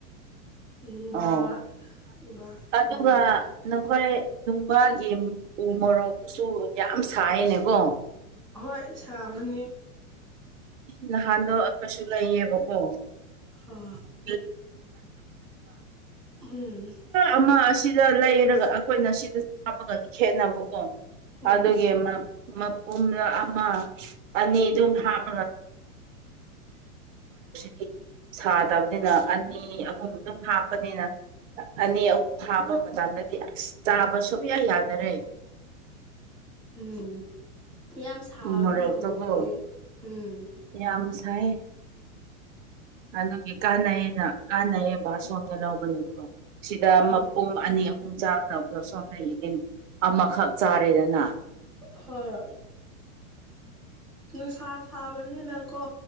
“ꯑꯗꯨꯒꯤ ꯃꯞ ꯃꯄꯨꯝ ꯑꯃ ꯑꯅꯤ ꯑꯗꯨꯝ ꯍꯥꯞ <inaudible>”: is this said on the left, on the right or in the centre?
Right